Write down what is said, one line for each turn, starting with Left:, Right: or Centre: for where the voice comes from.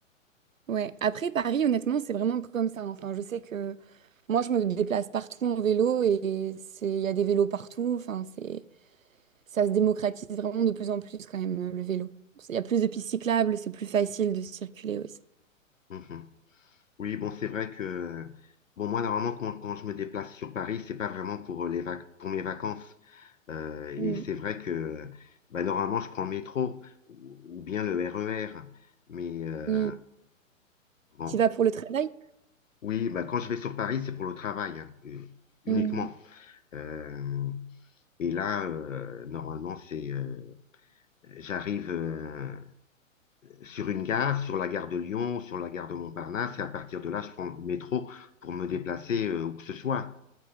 Right: Ouais. Après, Paris, honnêtement, c'est vraiment comme ça. Enfin, je sais que moi, je me déplace partout en vélo et c'est, il y a des vélos partout. Enfin, c'est, ça se démocratise vraiment de plus en plus quand même, euh, le vélo. Il y a plus de pistes cyclables, c'est plus facile de circuler aussi.
Left: Mhm. Oui, bon, c'est vrai que, bon, moi, normalement, quand, quand je me déplace sur Paris, c'est pas vraiment pour euh, les vac- pour mes vacances. Euh, et
Right: Mm,
Left: c'est vrai que, bah, normalement, je prends le métro ou, ou bien le RER. Mais, euh,
Right: mm.
Left: bon,
Right: Tu vas pour le travail?
Left: oui, bah, quand je vais sur Paris, c'est pour le travail, hein, euh, uniquement.
Right: Mm,
Left: Euh, Et là, euh, normalement, c'est euh, j'arrive euh, sur une gare, sur la gare de Lyon, sur la gare de Montparnasse, et à partir de là, je prends le métro pour me déplacer euh, où que ce soit.